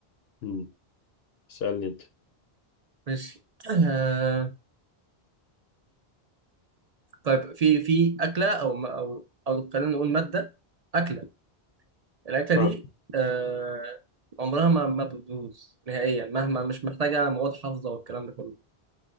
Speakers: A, on the left; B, on the right.
A: مم. اسألني أنت
B: ماشي آه طيب في في اكله او م- او او خلينا نقول ماده اكله الاكله
A: اه
B: دي آه عمرها ما ما بتبوظ نهائيا مهما مش محتاجه مواد حافظه والكلام ده كله